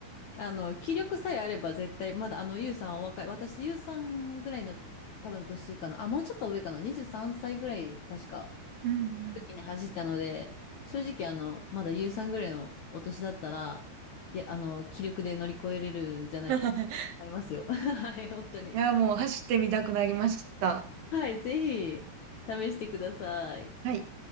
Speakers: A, on the left (about 70°); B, on the right (about 65°).
A: あの、気力さえあれば絶対、まだあの、ゆうさんお若い。私、ゆうさんぐらいの多分年かな。あ、もうちょっと上かな。23歳ぐらい、確か、
B: うん
A: 時に走ったので、正直あの、まだゆうさんぐらいのお年だったら、いや、あの、気力で乗り越えれるんじゃないかと思いますよ。
B: うん。<laughs>
A: <laughs> はい、本当に。
B: いや、もう走ってみたくなりました。
A: はい、ぜひ、試してください。
B: はい。